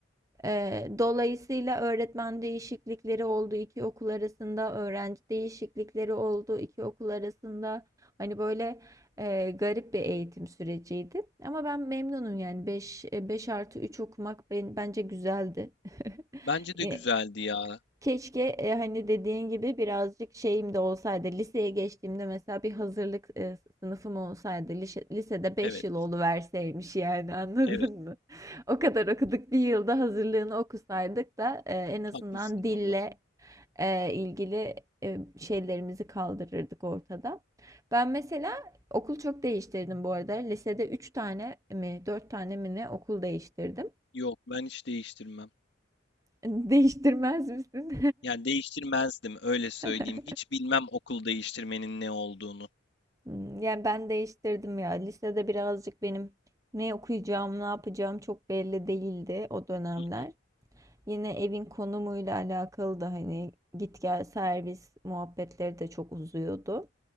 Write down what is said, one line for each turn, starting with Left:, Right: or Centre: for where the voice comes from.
Right: Eee, dolayısıyla öğretmen değişiklikleri oldu, 2 okul arasında öğrenci değişiklikleri oldu, 2 okul arasında. Hani, böyle, eee, garip bir eğitim süreciydi ama ben memnunum yani beş beş artı üç okumak ben bence güzeldi. <laughs>
Left: Bence de
Right: Eee,
Left: güzeldi ya.
Right: Keşke e, hani dediğin gibi birazcık şeyim de olsaydı. Liseye geçtiğimde mesela bir hazırlık e, sınıfım olsaydı. Lise- lisede beş
Left: Evet,
Right: yıl oluverseymiş yani anladın
Left: evet.
Right: mı? <laughs> O kadar okuduk bir yılda hazırlığını okusaydık da e, en azından
Left: Haklısın
Right: dille
Left: valla.
Right: e, ilgili e, şeylerimizi kaldırırdık ortada. Ben mesela okul çok değiştirdim bu arada. Lisede 3 tane mi 4 tane mi ne okul değiştirdim.
Left: Yok, ben hiç değiştirmem.
Right: <laughs> Değiştirmez misin?
Left: Yani değiştirmezdim, öyle söyleyeyim.
Right: <laughs>
Left: Hiç bilmem okul değiştirmenin ne olduğunu.
Right: Hmm, Yani ben değiştirdim ya. Lisede birazcık benim ne okuyacağım, ne yapacağım çok belli değildi o dönemler.
Left: Hı hı,
Right: Yine evin konumuyla alakalı da hani git gel servis muhabbetleri de çok uzuyordu.